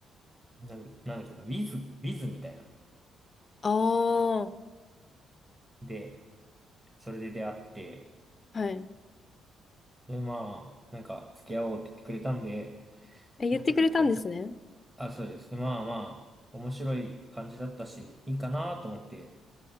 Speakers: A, on the right (about 15°); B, on the left (about 35°).
A: な、なんだっけな、ウィズ、ウィズみたいな。
B: ああー、
A: で、それで出会って、
B: はい。
A: で、まあ、なんか、付き合おうって言ってくれたんで、
B: え、言ってくれたんですね。
A: うんあ、そうです。で、まあまあ、面白い感じだったし、いいかなと思って、